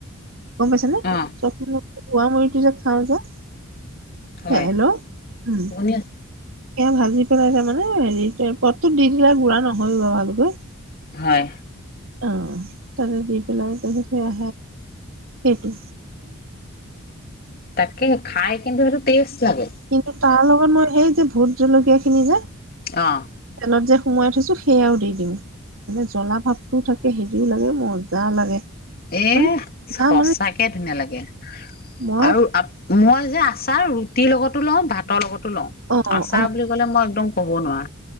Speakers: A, on the right (about 65°); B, on the left (about 45°).
A: গম পাইছনে
B: অ',
A: চ খোৱা মুৰিটো যে খাওঁ যে। হে
B: হয়
A: - হেল্ল', উম।
B: শুনি আছো
A: এ ভাজি পেলাই তাৰমানে হেৰি <unintelligible> পতটোত দি দিলে গুৰা নহয় <unintelligible> ভালকৈ।
B: হয়।
A: অহ। তাতে দি পেলাই <unintelligible> সেইটো।
B: তাকে খাই কিন্তু সেইটো টেষ্ট লাগে
A: কিন্তু তাৰ লগত মই সেই যে ভোট জলকীয়া খিনি যে
B: অঁ।
A: তাত যে সোমোৱাই থৈছো সেয়াও দি দিওঁ, মানে জ্বলা ভাৱটোও থাকে হেৰিও লাগে মজা লাগে।
B: এ
A: মানে
B: সঁচাকে
A: না মানে
B: ধুনীয়া লাগে
A: মই
B: আৰু আপ - মই যে আ আচাৰ ৰুটিৰ লগতো লওঁ, ভাতৰ লগত তো লও।
A: অ
B: আচাৰ
A: অ
B: বুলি কলে মই একদম ক'ব নোৱাৰা।